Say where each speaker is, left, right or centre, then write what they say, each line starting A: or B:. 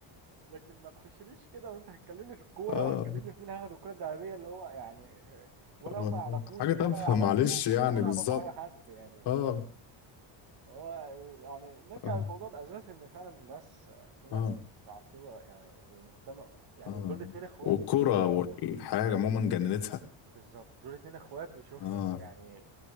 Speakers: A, on the right; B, on the left.
A: لكن ما تخشليش كده وانت هتكلمني في الكوره
B: اه
A: وهتكلمني في مين هياخد الكوره الذهبيه اللي هو يعني ولا
B: آه.
A: هم يعرفوني
B: حاجة تافهة
A: ولا يعرفوك
B: معلش يعني
A: ولا
B: بالظبط
A: يعرفوا اي حد يعني ما-
B: اه
A: هو يعني نرجع
B: اه
A: للموضوع الاساسي ان فعلا الناس في ناس
B: اه
A: متعصبه يعني ومهتمه يعني
B: اه
A: دول اتنين اخوات
B: والكرة والحاجة عموما جننتها
A: بالظبط دول اتنين اخوات وشوف
B: اه
A: يعني